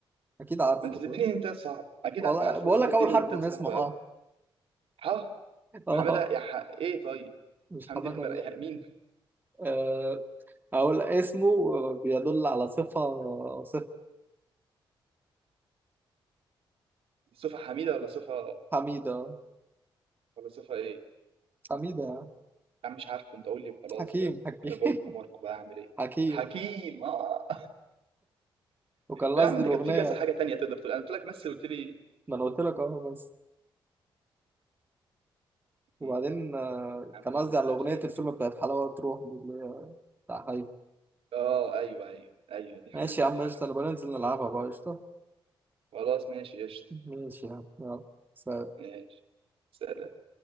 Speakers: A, on the right; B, on the right.
A: أكيد عارفه
B: ما انت بتديني
A: كده.
B: هنتات صعب اكيد
A: والله
B: عارفه
A: بقول
B: بس انت
A: لك
B: بتديني
A: أول حرف
B: هنتات
A: من
B: صعبه
A: اسمه
B: قوي
A: اه
B: ها
A: آه،
B: حماده يا ح... ايه طيب
A: مش
B: حمد
A: حمادة
B: المرا... يعني مين
A: هلال أقول اسمه بيدل على صفة صفة
B: صفه حميده ولا صفه
A: حميدة
B: ولا صفه ايه
A: حميدة
B: يا عم مش عارفه انت قول لي خلاص
A: حكيم
B: بقى
A: حكيم
B: غلب حماركم
A: <laughs>
B: بقى اعمل ايه
A: حكيم
B: حكيم اه
A: وكان
B: يا
A: قصدي
B: عم انت
A: الأغنية
B: كان في كذا حاجه تانية تقدر تقول انا قلت لك مثل قلت لي
A: ما أنا قلت لك أهو بس وبعدين
B: م. يا
A: آه،
B: عم
A: كان
B: يلا
A: قصدي على
B: بقى
A: أغنية
B: خير
A: الفيلم بتاعت حلاوة تروح دي اللي هي بتاع حي
B: اه ايوه ايوه ايوه دي
A: ماشي
B: حقيقه
A: يا عم
B: فعلا
A: قشطة أنا بننزل
B: دي
A: نلعبها
B: حقيقه
A: بقى قشطة
B: خلاص ماشي قشطه
A: ماشي يا عم يلا سلام.
B: ماشي سلام